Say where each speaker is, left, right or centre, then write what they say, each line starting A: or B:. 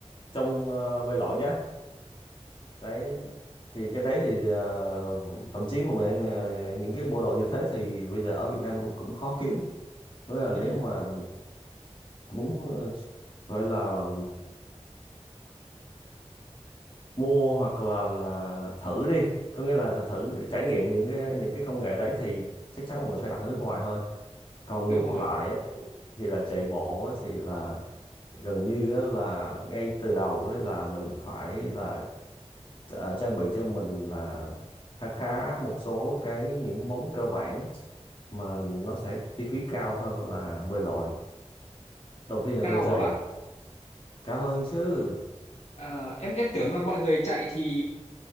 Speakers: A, on the left (about 45°); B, on the left (about 70°).
A: trong ờ, bơi lội nhá đấy thì cái đấy thì ờ, thậm chí mà mình, ờ, những cái bộ đồ như thế thì bây giờ ở Việt Nam cũng cũng khó kiếm Thế là nếu
B: Ừm,
A: mà muốn ờ, gọi là mua hoặc là là thử đi có nghĩa là thử trải nghiệm những cái những cái công nghệ đấy thì chắc chắn là mình phải đặt ở nước ngoài thôi còn
B: đúng
A: ngược
B: rồi.
A: lại á, thì là chạy bộ á, thì là gần như á là ngay từ đầu ấy là mình phải là ờ, trang bị cho mình là khá khá một số cái những món cơ bản mà nó sẽ chi phí cao hơn là bơi lội đầu tiên là
B: Cao
A: đôi giày
B: hả bác?
A: cao hơn chứ
B: À, em em tưởng là mọi người chạy thì